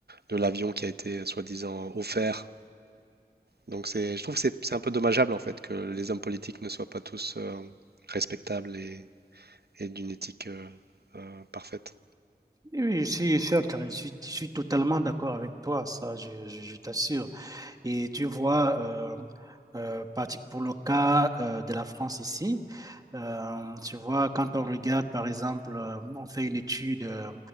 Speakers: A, on the right; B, on the right.
A: de l'avion qui a été euh, soi-disant offert. Donc c'est, je trouve que c'est c'est un peu dommageable en fait que les hommes politiques ne soient pas tous euh, respectables et, et d'une éthique euh, euh, parfaite.
B: Oui, oui, je suis, je suis, intéressé- je suis je suis totalement d'accord avec toi, ça, je, je, je t'assure. Et tu vois, euh, euh, parti- pour le cas euh, de la France ici, euh, tu vois, quand on regarde, par exemple, euh, on fait une étude euh,